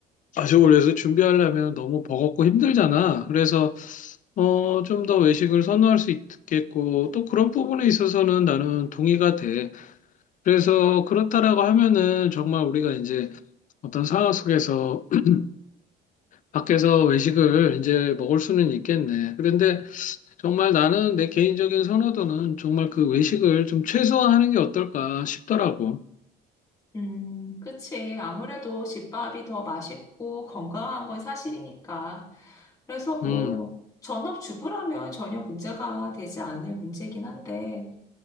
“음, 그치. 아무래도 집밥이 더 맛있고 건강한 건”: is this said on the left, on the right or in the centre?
Left